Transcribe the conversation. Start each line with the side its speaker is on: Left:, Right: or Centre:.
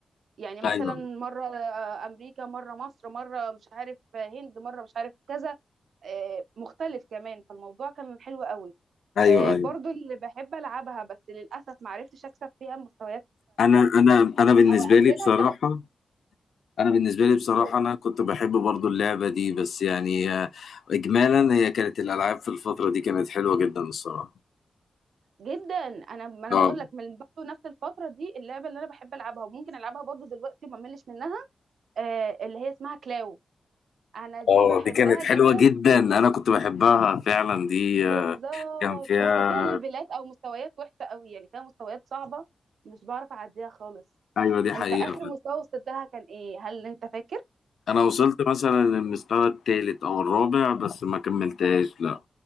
Right: يعني مثلا
Left: ايوه
Right: مره آه، امريكا مره مصر مره مش عارف آه، هند مره مش عارف كذا آه، مختلف كمان فالموضوع كان حلو قوي
Left: ايوه
Right: آه،
Left: ايوه
Right: برضو اللي بحب العبها بس للاسف ما عرفتش اكسب فيها المستويات
Left: انا انا انا بالنسبه
Right: او اقفلها
Left: لي بصراحه
Right: بتاعت
Left: انا بالنسبه لي بصراحه
Right: كورونا
Left: انا كنت بحب برضو اللعبه دي بس يعني آه، اجمالا هي كانت الالعاب في الفتره دي كانت حلوه جدا الصراحه
Right: جدا انا ما انا
Left: اه
Right: بقول لك من برضه نفس الفتره دي اللعبه اللي انا بحب العبها وممكن العبها برضه دلوقتي وما ملش منها آه، اللي هي اسمها كلاو انا دي
Left: اه
Right: بحبها
Left: دي كانت حلوه
Right: جدا
Left: جدا انا كنت بحبها فعلا دي
Right: بالظبط
Left: آه، كان فيها
Right: بس فيها ليفلات او مستويات وحشه قوي يعني فيها مستويات صعبه مش بعرف اعديها خالص
Left: ايوه دي حقيقه
Right: انت اخر مستوى وصلت لها كان ايه هل انت فاكر
Left: انا وصلت مثلا للمستوى الثالث او الرابع بس ما كملتهاش لا